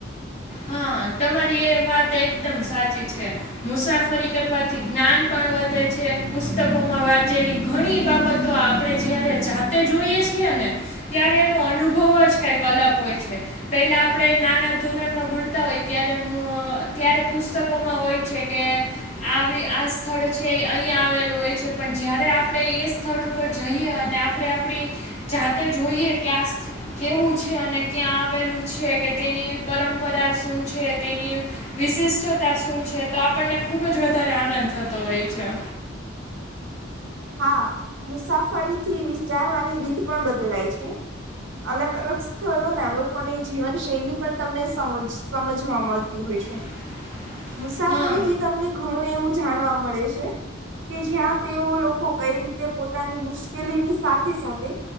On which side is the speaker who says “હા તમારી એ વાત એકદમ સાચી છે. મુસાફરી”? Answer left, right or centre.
Left